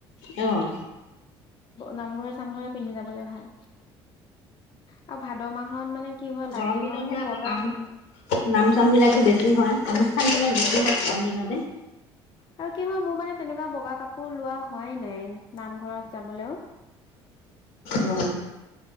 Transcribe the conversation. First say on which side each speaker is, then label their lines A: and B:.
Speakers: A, on the left; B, on the left.
A: উম
B: নামঘৰে চামঘৰে পিন্ধি যাবলে ভাল আৰু ভাদ মাহত মানে কি হয় লাগে
A: গৰম দিনতহে
B: ন মোৰ
A: আকৌ
B: বগা
A: নাম নাম চাম বিলাকো বেছি হয় অনুষ্ঠান বিলাক
B: উম
A: বেছি গৰম দিনত হয় হোম
B: আৰু কি হয় মোৰ মানে তেনেকুৱা বগা কাপোৰ লোৱা হোৱাই নাই নামঘৰত যাবলৈও
A: উম